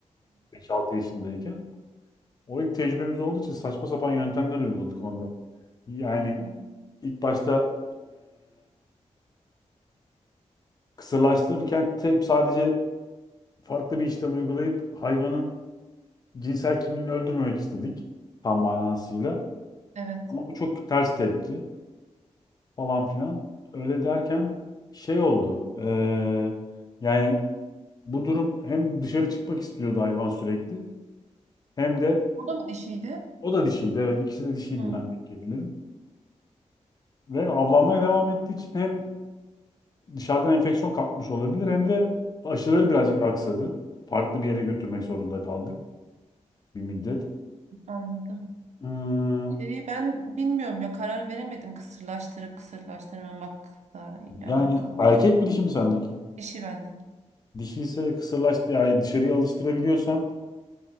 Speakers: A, on the left; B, on the right.
A: 5-6 yaşındayken. O ilk tecrübemiz olduğu için saçma sapan yöntemler uyguladık onda. Yani
B: hı.
A: ilk başta Kısırlaştırırken hep sadece farklı bir işlem uygulayıp hayvanın cinsel kimliğini öldürmemek istedik tam manasıyla.
B: Evet.
A: Ama bu çok ters tepti falan filan. Öyle derken şey oldu. eee, yani bu durum hem dışarı çıkmak istiyordu hayvan sürekli hem de
B: O da mı dişiydi?
A: o da dişiydi. Evet ikisi de dişiydi
B: Hı,
A: bendeki kedilerim. Ve avlanmaya devam ettiği için hem dışarıdan enfeksiyon kapmış olabilir hem de aşıları birazcık aksadı. Farklı bir yere götürmek zorunda kaldık bir müddet.
B: anladım.
A: Ee,
B: Şeyi ben bilmiyorum ya karar veremedim kısırlaştırıp kısırlaştırmamakla
A: yani
B: alakalı.
A: erkek mi dişi mi sendeki?
B: Dişi bende.
A: Dişi ise kısırlaştı yani dışarıya alıştırabiliyorsan